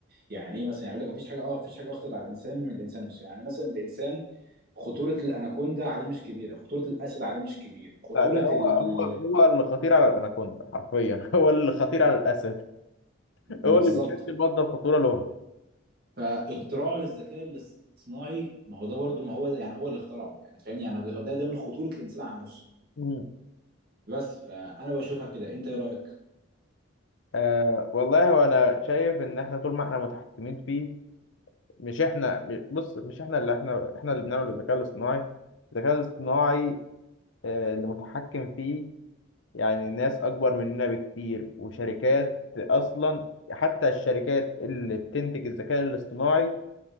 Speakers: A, on the right; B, on the left.
A: يعني ايه مثلا يعني يقول لك مفيش حاجه اه مفيش حاجه اخطر على الانسان من الانسان نفسه يعني مثلا الانسان خطوره الاناكوندا عليه مش كبيره خطوره الاسد عليه مش كبير خطوره
B: لا ده هو
A: ال...
B: هو هو اللي خطير على الأناكوندا حرفيا <laughs> هو اللي خطير على الأسد
A: بالظبط
B: هو اللي بيشكل مصدر خطورة لهم
A: فاختراعه للذكاء الاصطناعي ما هو ده برضه ما هو يعني هو اللي اخترعه يعني فاهمني يعني ده ده ده من خطوره الانسان على نفسه
B: مم.
A: بس فانا بشوفها كده انت ايه رايك
B: آه والله هو أنا شايف إن إحنا طول ما إحنا متحكمين فيه مش احنا بص مش احنا اللي احنا احنا اللي بنعمل الذكاء الاصطناعي الذكاء الاصطناعي آه، اللي متحكم فيه يعني ناس اكبر مننا بكتير وشركات اصلا حتى الشركات اللي بتنتج الذكاء الاصطناعي